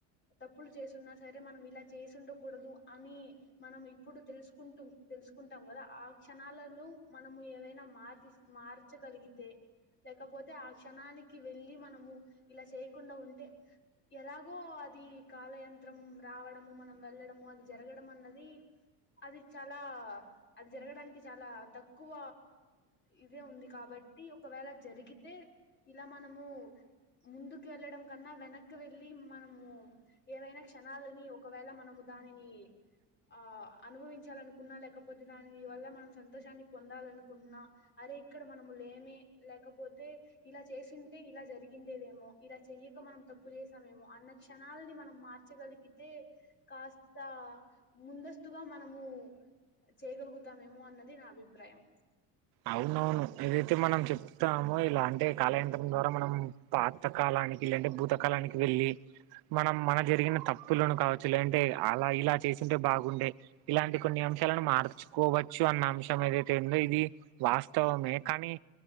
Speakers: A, on the left; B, on the right.
A: తప్పులు చేసున్నా సరే మనం ఇలా చేసిండకూడదు అని మనం ఇప్పుడు తెలుసుకుంటు తెలుసుకుంటాం గదా ఆ క్షణాలను మనము ఏవైనా మార్స్ మార్చగలిగితే లేకపోతే ఆ క్షణానికి వెళ్ళలి మనము ఇలా చేయకుండా ఉంటే ఎలాగో అది కాలయంత్రం రావడము మనం వెళ్ళడము అది జరగడం అన్నది అది చాలా అది జరగడానికి చాలా తక్కువ ఇదే ఉంది కాబట్టి ఒకవేళ జరిగితే ఇలా మనము ముందుకేళ్ళడం కన్నా వెనక్కి వెళ్లి మనము ఏవైనా క్షణాలనీ ఒకవేళ మనము దానిని ఆ అనుభవించాలనుకున్నా లేకపోతే దాని వల్ల మనం సంతోషాన్ని పొందాలనుకున్నా అరే ఇక్కడ మనము లేమే లేకపోతే ఇలా చేస్తుంటే ఇలా జరిగిండేదేమో ఇలా చెయ్యక మనం తప్పు జేసామేమో అన్న క్షణల్ని మనం మార్చగలిగితే కాస్త ముందస్తుగా మనము చేయగలుగుతామేమో అన్నది నా అభిప్రాయం
B: అవునవును ఏదైతే మనం చెప్తామో ఇలా అంటే కాలయంత్రం ద్వారా మనం పాత కాలానికి లేంటే భూతకాలానికి వెళ్లి మనం మన జరిగిన తప్పులను కావచ్చు లేంటే అలా ఇలా చేసింటే బాగుండే ఇలాంటి కొన్ని అంశాలను మార్చుకోవచ్చు అన్న అంశం <unintelligible> లో ఇది వాస్తవమే కానీ